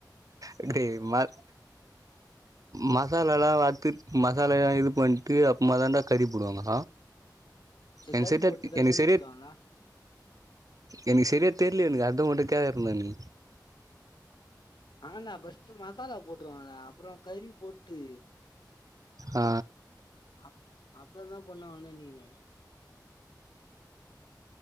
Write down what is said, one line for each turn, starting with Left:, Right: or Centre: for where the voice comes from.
Right: எப்டி மர் மசாலாலா வர்த்து மசாலாலா இது பண்ட்டு அப்போமா தாண்டா கறிப்போடுவாங்க
Left: சரி
Right: என்
Left: கறி
Right: செட்
Left: போட்டுதா
Right: எனக்
Left: தண்ணி
Right: செரிய
Left: ஊத்துவாங்களா
Right: எனெக்கு செர்யா தெர்ல எனக்கு அத்தா உங்கிட்ட கேக்கற நானு
Left: ஆனா நா ஃபர்ஸ்ட் மசாலா போட்றுவனடா அப்றோ கறி போட்டு
Right: ஆ
Left: அப் அப்பதா பொண்ணா ஆன நீனு